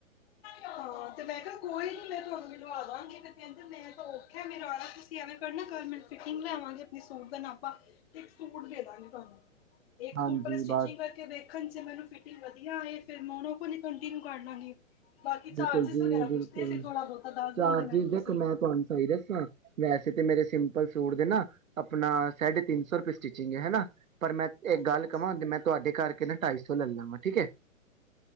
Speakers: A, on the left (about 45°); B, on the right (about 75°).
A: ਹਾਂ ਤੇ ਮੈਂ ਕਿਆ ਕੋਈ ਨੀ ਮੈਂ ਤੁਹਾਨੂੰ ਮਿਲਵਾਂਦਾਂਗੀ ਤੇ ਕੈਂਦੇ ਮੈਂ ਤਾਂ ਔਖੈ, ਮੇਰਾ ਆਣਾ ਤੁਸੀਂ ਐਂਵੇ ਕਰਨਾ, ਕਲ ਮੈਂ ਫਿਟਿੰਗ ਲੈ ਆਵਾਂਗੇ, ਆਪਣੇ ਸੂਟ ਦਾ ਨਾਪਾ। ਤੇ ਇੱਕ ਸੂਟ ਦੇ ਦਾਂਗੇ ਤੁਆਨੂੰ। ਇੱਕ
B: ਹਾਂਜੀ
A: ਸੂਟ ਪੈਲੇ ਸਟਿਚਿੰਗ
B: ਬਸ
A: ਕਰਕੇ ਵੇਖ ਦੇਖਣ ਚ ਮੈਨੂੰ ਫਿਟਿੰਗ ਵਧੀਆ ਆਏ, ਫਿਰ ਮੈਂ ਉਹਨਾਂ ਕੋਲ ਈ ਕੰਟੀਨਿਊ ਕਰ ਲਾਂਗੀ। ਬਾਕੀ ਚਾਰਜਿਸ
B: ਬਿਲਕੁਲ ਜੀ
A: ਵਗੈਰਾ
B: ਬਿਲਕੁਲ।
A: ਪੁੱਛਦੇ ਸੀ ਥੋੜਾ ਬਹੁਤਾ ਦੱਸ
B: ਚਾਰਜਿਸ
A: ਦਿੰਦੇ ਮੈਨੂੰ ਤੁਸੀਂ
B: ਦੇਖੋ ਮੈਂ ਤੁਆਨੂੰ ਸਹੀ ਦੱਸਾਂ, ਵੈਸੇ ਤੇ ਮੇਰੇ ਸਿੰਪ ਲ ਸੂਟ ਦੇ ਨਾ ਆਪਣਾ ਸਾਢੇ ਤਿੰਨ ਸੌ ਰੁਪਏ ਸਟਿਚਿੰਗ ਹੈ ਹਨਾ ਪਰ ਮੈਂ ਇੱਕ
A: ਅੱਛਾ
B: ਗੱਲ
A: ਅੱਛਾ
B: ਕਵਾਂ ਕੇ ਮੈਂ ਤੁਹਾਡੇ ਕਰਕੇ ਨਾ ਢਾਈ ਸੌ ਲੈ ਲਵਾਂ ਠੀਕ ਹੈ